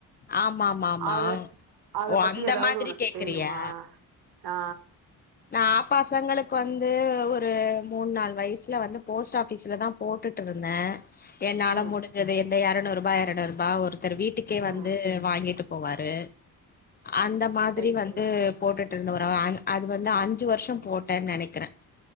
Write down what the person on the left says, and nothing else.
ஆமா ஆமா ஆமா
ஓ
அந்த
மாதிரி
கேக்குறியா
நா பசங்களுக்கு வந்து ஒரு மூணு நாலு வயசுல வந்து போஸ்ட் ஆபீஸ்லதா போட்டுட்டு இருந்தே என்னால
முடிஞ்சுது எந்த எரநூறு ரூபா எரநூறு ரூபா ஒருத்தர் வீட்டுக்கே
வந்து வாங்கிட்டு போவாரு அந்த மாதிரி
வந்து
போட்டுட்டு இருந்தோ ஒரு <unintelligible> அது வந்து அஞ்சு வருஷம் போட்டேன் நெனைக்கிறே